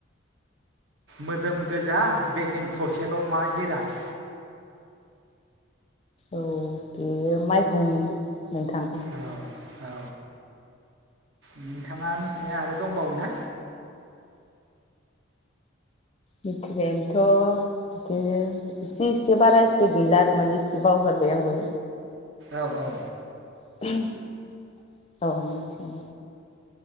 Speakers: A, on the right (about 60°); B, on the left (about 30°).
A: मोदोम गोजा बेगें थसेल मा जिराद
B: औ बेयो माइहुं नोंथां
A: औ औ नोंथाङा मिथिनाया आरो दंबावो ना
B: मिथिनायानथ इदिनो इसे इसे बारा इसे गैला आरो माने इसे बावगारबाय आंबो
A: औ औ
B: <unintelligible> औ मिथियो